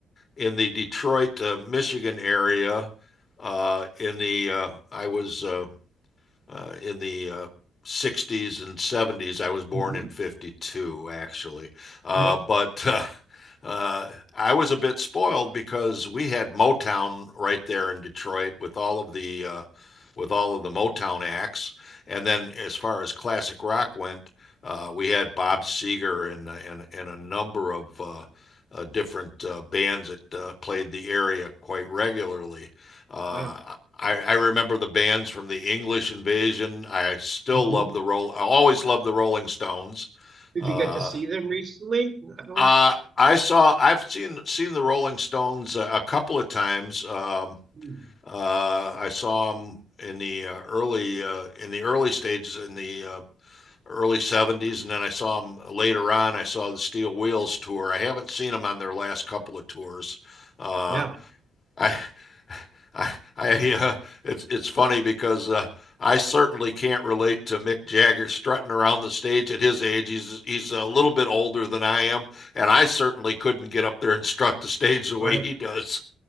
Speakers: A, on the left (about 40°); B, on the right (about 40°).
A: in the Detroit, uh, Michigan area. Uh, in the uh, I was uh, uh, in the uh, 60s and 70s. I was born
B: hmm
A: in 52, actually. Uh,
B: Yeah.
A: but <laughs> uh, uh, I was a bit spoiled because we had Motown right there in Detroit with all of the uh, with all of the Motown acts. And then as far as classic rock went, uh, we had Bob Seger and and and a number of uh, uh, different uh, bands that uh, played the area quite regularly. Uh,
B: Wow.
A: I, I remember the bands from the English Invasion. I still
B: hmm
A: love the roll. I always love the Rolling Stones.
B: Did
A: Uh,
B: you get to see them recently? I don't.
A: uh, I saw. I've seen seen the Rolling Stones a, a couple of times. Um,
B: Hmm.
A: uh, I saw them in the uh, early uh, in the early stages in the uh, early 70s, and then I saw them later on. I saw the Steel Wheels tour. I haven't seen them on their last couple of tours. Uh,
B: Yeah.
A: I, I, I, uh, it's it's funny because uh, I certainly can't relate to Mick Jagger strutting around the stage at his age. He's he's a little bit older than I am, and I certainly couldn't get up there and strut the stage the way
B: Right.
A: he does.